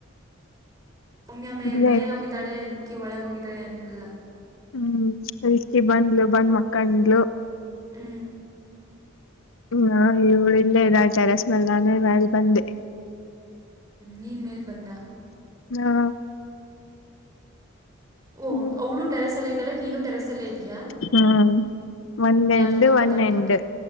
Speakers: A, on the right; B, on the left.
A: ಸಮ್ಯ ಮೇ
B: ಇಲ್ಲೇ
A: ಮೇಲೆೋಗಿದ್ದಾಳೆ
B: ಇದ್
A: ಲಿಕ್ಕಿ ಒಳಗೋಗಿದ್ದಾಳೆ ಅನ್ನಲ್ಲ
B: ಹ್ಮ್ ಅಲ್ಕಿ ಬಂದ್ಲು ಬಂದ್ ಮಕ್ಕಂಡ್ಲು
A: ಹ್ಮ
B: ಹ ಇವಳ ಇಲ್ಲೇ ಇದ್ದಾಳೆ ಟೇರೆಸ್ ಮೇಲೆ ನಾನೇ ಮೇಲೆ ಬಂದೆ
A: ನೀನು ಮೇಲ್ ಬಂದ
B: ಹಾ
A: ಓ
B: ಹ್ಮ್
A: ಅವಳು ಟೆರೆಸ್ ಅಲ್ಲೆ ಇದ್ದಳೆ ನೀನು ಟರೆಸ್ ಅಲ್ಲೆ ಇದೆಯ
B: ಹ್ಮ ಒಂದ್ ಎಂಡ್
A: ಜೊತೆ ಮಾತಾಡ್ತಾವಳೆ
B: ಒನ್ ಎಂಡ್